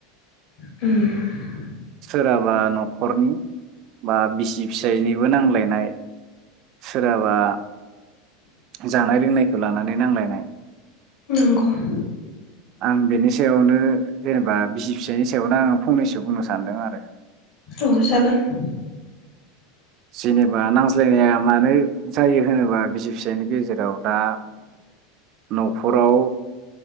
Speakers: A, on the left; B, on the right.
A: उम
B: जाबा न'खरनि बा बिसि फिसायनिबो नांलायनाय । सोराबा जानाय लोंनायखौ लानानै नांलायनाय ।
A: नंगौ ।
B: आं बिनि सायावनो जेनेबा बिसि फिसायनि सायावनो आङं फंनैसो बुंनो सान्दों आरो ‌
A: औ जागोन ।
B: जेनेबा नांज्लायनाया मानो जायो होनोबा बिसि फिसायनि गेजेरजों जावदा न'खराव